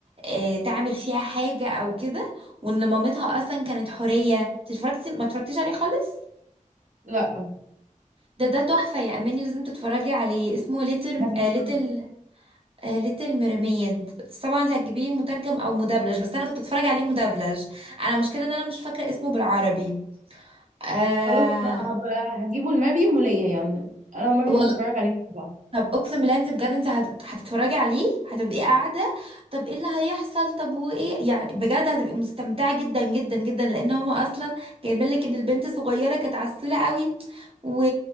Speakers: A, on the right; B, on the right.
A: آه، تعمل فيها حاجة او كده وان مامتها اصلا كانت حورية إنت اتفرجتي ما اتفرجتيش عليه خالص
B: لا
A: ده ده تحفة يا أماني لازم تتفرجي عليه اسمه ليتل
B: هجيبه
A: آه ليتل ميرميد طبعا انت هتجيبيه مترجم او مدبلج بس انا كنت بتفرج عليه مدبلج انا مشكله ان انا مش فاكره اسمه بالعربي اه آه
B: خلاص لا هبقى هجيبه لمريم وليا يعني انا ومريم
A: والله
B: نتفرج عليه مع بعض.
A: طب اقسم بالله انت بجد انت هت- هتتفرجي عليه هتبقي قاعده طب ايه اللي هيحصل طب وايه يعني بجد هتبقي مستمتعه جدا جدا جدا لان هما اصلا جايبين لك ان البنت صغيره كانت عسوله قوي و...